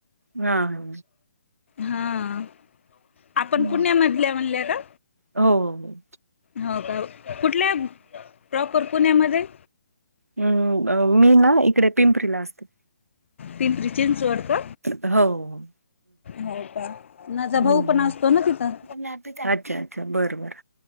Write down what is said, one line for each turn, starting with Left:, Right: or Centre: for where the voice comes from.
Right: हा हा
Left: हा,,, आपण
Right: हम्म.
Left: पुण्यामधल्या म्हणल्या का?
Right: हो.
Left: हो का,, कुठल्या? प्रॉपर पुण्यामध्ये.
Right: हम्,, मी ना इकडे पिंपरीला असते.
Left: पिंपरी चिंचवड कार्धऽऽ
Right: होव
Left: हो का,, माझा
Right: हम्म.
Left: भाऊ पण असतो ना तिथं.
Right: अच्छा बरं बर.